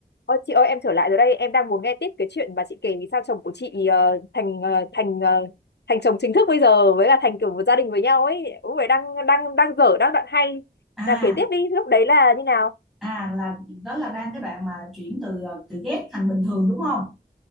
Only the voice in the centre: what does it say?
à
à là đó là đang cái đoạn mà chuyển từ ờ, từ ghét thành bình thường đúng không